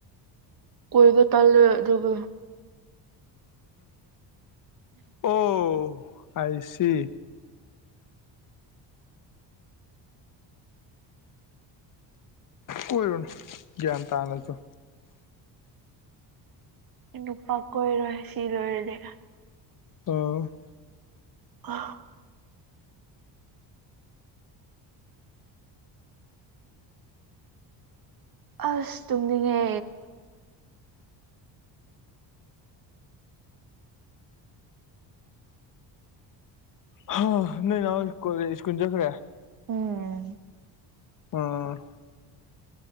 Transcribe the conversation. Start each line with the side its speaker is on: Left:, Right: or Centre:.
Right: ꯀꯣꯏꯕ ꯇꯥꯜꯂꯦ ꯑꯗꯨꯒ
Left: ꯎ ꯑꯣ ꯑꯁꯤ ꯀꯣꯏꯔꯨꯅꯨ ꯒ꯭ꯌꯥꯟ ꯇꯥꯅ ꯂꯩꯊꯣ
Right: ꯅꯨꯄꯥ ꯀꯣꯏꯔꯣꯏ ꯁꯤ ꯂꯣꯏꯔꯗꯤ
Left: ꯎꯝ
Right: ꯑ ꯑꯁ ꯇꯨꯝꯅꯤꯡꯉꯦ
Left: ꯍ ꯅ ꯀꯣ ꯏ ꯏꯁꯀꯨ ꯆꯖꯈ
Right: ꯎꯝ
Left: ꯑꯣ